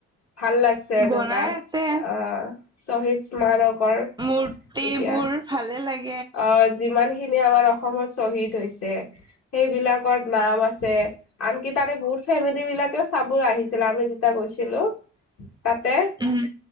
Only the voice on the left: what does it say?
ভাল লাগছে এনেকুৱা
আহ শহীদ স্মাৰকৰ
এতিয়া
অ যিমান খিনি আমাৰ অসমত শ্বহীদ হৈছে সেইবিলাকৰ নাম আছে আনকি তাৰে বহুত ফেমিলি বিলাকেও চাব আহিছিল আমি যেতিয়া গৈছিলো।
তাতে